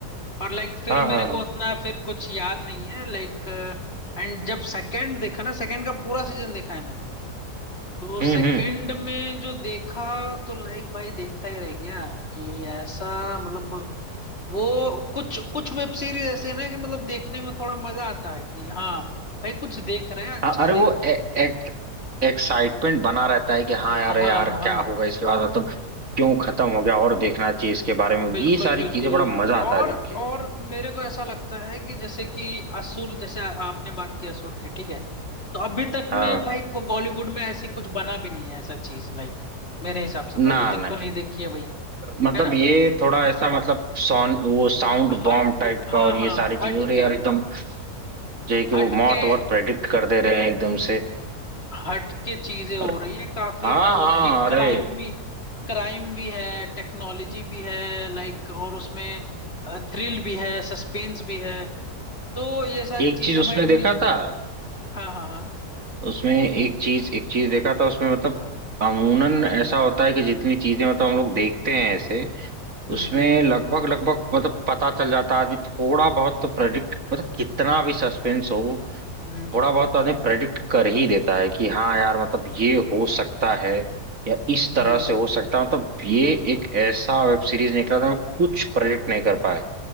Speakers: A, on the left; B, on the right.
A: और लाइक फिर
B: हाँ
A: मेरे
B: हाँ
A: को
B: हाँ,
A: उतना फिर कुछ याद नहीं है लाइक एंड जब सेकंड देखा ना सेकंड का पूरा सीजन देखा है मैंने तो
B: हम्म
A: सेकंड
B: हम्म
A: में जो देखा तो लाइक भाई देखता ही रह गया कि ऐसा मतलब वो कुछ कुछ वेब सीरीज ऐसे है ना कि मतलब देखने में थोड़ा मजा आता है कि हाँ भाई कुछ देख रहे हैं अच्छा
B: हाँ अरे
A: देख
B: वो
A: रहे
B: ए,
A: हैं
B: एक एक्साइटमेंट बना रहता है कि हाँ यार
A: हाँ
B: यार
A: हाँ
B: क्या होगा इसके बाद मतलब क्यों खत्म हो गया और देखना चाहिए इसके बारे में
A: बिल्कुल
B: ये सारी
A: बिल्कुल
B: चीजें बड़ा मजा आता
A: और
B: है देख के
A: और मेरे को ऐसा लगता है कि जैसे कि असुर जैसे आपने बात की असुर की ठीक है तो अभी तक
B: हाँ
A: में भाई को बॉलीवुड में ऐसी कुछ बना भी नहीं है ऐसा चीज लाइक मेरे हिसाब से तो
B: ना
A: अभी तक
B: ना
A: तो नहीं देखी है भाई
B: मतलब
A: है ना
B: ये थोड़ा ऐसा मतलब साउंड वो साउंड बॉम्ब
A: हट के
B: टाइप
A: हाँ
B: का और ये
A: हाँ
B: सारी
A: हट
B: चीजों अरे
A: के
B: यार एकदम जो है कि
A: हट
B: वो मौत
A: के
B: बहुत प्रेडिक्ट कर दे रहे हैं एकदम से
A: हट के चीजें हो
B: और
A: रही है काफी
B: हाँ
A: मतलब
B: हाँ
A: कि
B: अरे
A: क्राइम भी क्राइम भी है टेक्नोलॉजी भी है लाइक और उसमें थ्रिल भी है सस्पेंस भी है तो ये सारी
B: एक
A: चीजें
B: चीज उसमें
A: भाई
B: देखा
A: मिल
B: था
A: हाँ हाँ हाँ
B: उसमें एक चीज एक चीज देखा था उसमें मतलब अमूनन ऐसा होता है कि जितनी चीजें मतलब हम लोग देखते हैं ऐसे
A: हम्म
B: उसमें
A: हम्म
B: लगभग लगभग मतलब पता चल जाता है आदमी थोड़ा बहुत तो प्रेडिक्ट मतलब कितना भी सस्पेंस हो
A: हम्म
B: थोड़ा बहुत आदमी प्रेडिक्ट कर ही देता है कि हाँ यार मतलब ये हो सकता है या इस तरह
A: हम्म, इस-
B: से
A: हम्म,
B: हो सकता है मतलब ये एक ऐसा वेब सीरीज निकला था कुछ प्रेडिक्ट नहीं कर पाए